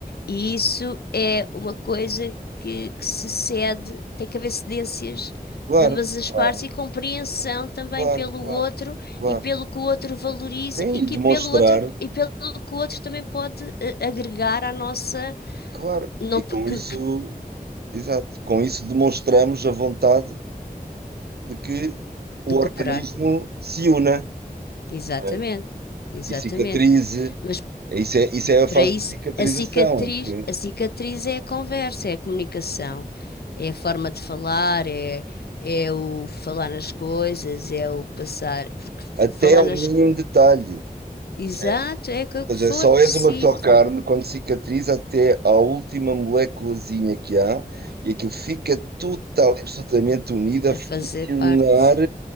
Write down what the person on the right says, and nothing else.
Claro,
claro,
claro,
claro,
claro.
Sim,
e demonstrar,
claro.
E
com isso.
Exato. Com isso demonstramos a vontade de que o
organismo
se una
né?
e cicatrize.
É, Isso é, isso é a fase
de cicatrização,
em que
até
ao
mínimo
detalhe,
percebes?
Ou seja,
só
és uma só carne quando cicatriza até à última moléculazinha que há e aquilo fica total e absolutamente unido a
funcionar